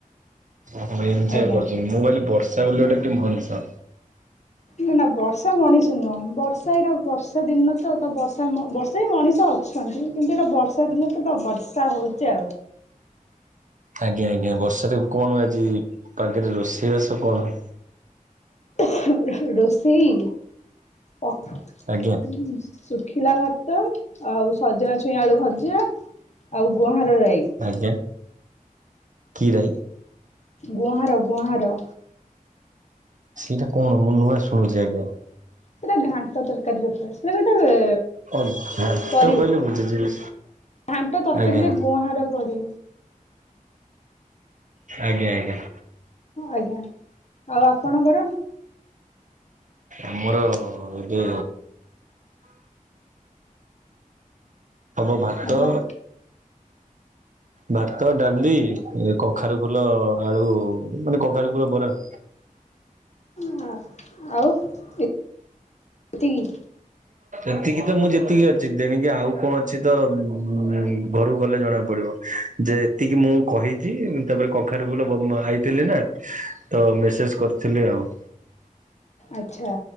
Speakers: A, on the right; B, on the left.
A: ଓହୋ ଏଞ୍ଜୟ
B: ଆଜ୍ଞା
A: କରୁଚନ୍ତି ମୁଁ କଇଲି ବର୍ଷା ବୋଲି ଗୋଟେ କିଏ ମଣିଷ।
B: ନା ନା ବର୍ଷା ମଣିଷ ନୁହଁ ବର୍ଷା ଏଇଟା ବର୍ଷା ଦିନ ତ ତ ବର୍ଷା ମ ବର୍ଷା ବି ମଣିଷ ଅ ଅଛନ୍ତି କିନ୍ତୁ ଏଟା ବର୍ଷା ଦିନ ତ ଏଟା ବର୍ଷା ହୋଉଚି ଆଉ।
A: ଆଜ୍ଞା ଆଜ୍ଞା ବର୍ଷାରେ ବ୍ କଣ ଆଜି ପାଗରେ ରୋଷେଇ ବାସ କଣ ହ
B: ହ ହ ରୋଷେଇ ପ
A: ଆଜ୍ଞା
B: ଉଁ ଶୁଖିଲା ଭାତ, ଆଉ ସଜନା ଛୁଇଁ ଆଳୁ ଭଜା, ଆଉ ଗୁଁହାର ରାଇ।
A: ଆଜ୍ଞା କି ରାଇ?
B: ଗୁଆହାର ଗୁହାଁର
A: ସେଇଟା କଣ ମୁଁ ନୂଆଁ ଶୁଣୁଛି ଆଜ୍ଞା?
B: ସେଇଟା ଘାଣ୍ଟ ତରକାରୀ ରେ ପରେ ସେଟା ଗୋଟେ
A: ଓ ଘାଣ୍ଟ
B: ପରିବା
A: କହିଲେ ବୁଝିଯିବି।
B: ଘାଣ୍ଟ ତରକାରୀରେ
A: ଆଜ୍ଞା
B: ଗୁଁହାର ପଡ଼ି।
A: ଆଜ୍ଞା ଆଜ୍ଞା।
B: ଆଜ୍ଞା ଆଉ ଆପଣଙ୍କର
A: ଆମର ଏବେ ହବ ଭାତ
B: ଆପଣ
A: ଭାତ ଡାଲି କଖାରୁ ଫୁଲ ଆଳୁ ମାନେ କଖାରୁ ଫୁଲ ବରା
B: ହଁ ଆଉ ଏ ତିକି
A: ଏତିକି ତ ମୁଁ ଯେତିକି ଅଛି ତେଣିକି ଆଉ କଣ ଅଛି ତ ଉ ଘରକୁ ଗଲେ ଜଣା ପଡ଼ି। ଯେ ଏତିକି ମୁଁ କହିଛି ତାପରେ କଖାରୁ ଫୁଲ ଆଣିଥିଲି ନା ତ ମେସେଜ୍ କରିଥିଲି ଆଉ
B: ଅଚ୍ଛା